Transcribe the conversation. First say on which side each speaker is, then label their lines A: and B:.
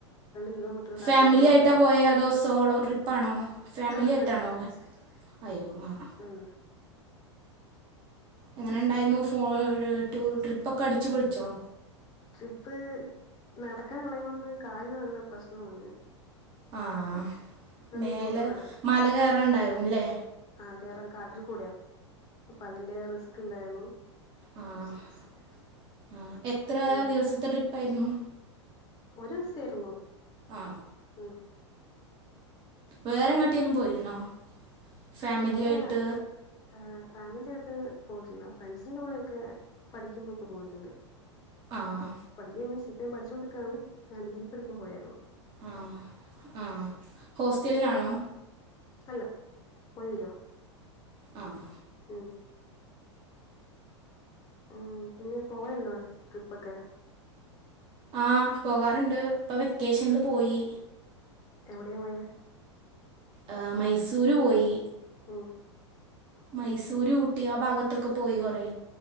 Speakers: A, on the left (about 25°); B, on the right (about 30°).
A: കിലോമീറ്റർ കാട്ടിൽ
B: ഫാമിലിയായിട്ടാ
A: കൂടെ നടക്കണം
B: പോയേ അതോ സോളോ ട്രിപ്പാണോ ഫാമിലി
A: അല്ല
B: ആയിട്ടാണോ പോയെ അയ്യോ ആഹ്
A: ഹ്‌മ്
B: എങ്ങനെണ്ടായിരുന്നു ഫോ ടൂർ ട്രിപ്പ് ഒക്കെ അടിച്ചു പൊളിച്ചോ
A: ട്രിപ്പ് നടക്കാനുള്ളയ് മുമ്പ് കാലിന് നല്ല പ്രശ്നം വന്നു
B: ആഹ് മേലേ
A: കിലോമീറ്റർ
B: മല കേറാണ്ടാവും ല്ലേ
A: ആഹ് കേറാൻ കാട്ടിൽ കൂടയാ അപ്പൊ അതിന്റെ റിസ്ക് ഇണ്ടായിരുന്നു
B: ആഹ് ആഹ് എത്ര
A: ഉം
B: ദിവസത്തെ ട്രിപ്പായിരുന്നു
A: ഒരു ഇസ ആയിരുന്നു
B: ആ
A: ഉം
B: വേറെ എങ്ങാട്ടേലും പോയിരുന്നോ ഫാമിലിയായിട്ട്
A: വേറെ ഏഹ് ഫാമിലി ഒക്കെ പോയിട്ടില്ല ഫ്രണ്ട്സിന്റെ കൂടെയൊക്കെ പഠിക്കുമ്പോഴൊക്കെ പോയിട്ടുണ്ട്
B: ആഹ്
A: പഠിക്ക മീൻസ് ഇപ്പോഴും പഠിച്ചോണ്ടിക്കാണ് ഞാൻ ഡിഗ്രിക്ക് പഠിക്കുമ്പോയായിരുന്നു
B: ആഹ് ആഹ് ഹോസ്റ്റലിലാണോ
A: അല്ല പോയി വരുവാ
B: ആഹ്
A: ഉം ഉം പിന്നെ പോവലുണ്ടോ ട്രിപ്പൊക്കെ
B: ആഹ് പോകാറുണ്ട് ഇപ്പൊ വെക്കേഷനിൽ പോയി
A: എവിടെ പോയ
B: എഹ് മൈസൂര് പോയി
A: ഉം
B: മൈസൂര് ഊട്ടി ആ ഭാഗത്തൊക്കെ പോയി കൊറേ